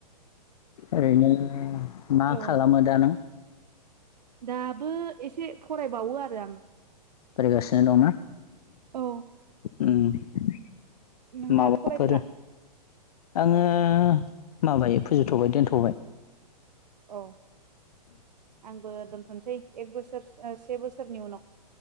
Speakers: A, on the left; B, on the right.
A: ओरैनो मा
B: औ
A: खालामो दा नों
B: दाबो एसे फरायबावो आरो आं
A: फरायगासिनो दंना
B: औ
A: उम
B: नोंहा
A: माबाफोर
B: फरायथ'ला
A: आङो
B: औ
A: माबायो फोजोबथ'बाय दोनथ'बाय
B: औ आंबो दोन- थ'नोसै एक बोसोर से बोसोरनि उनाव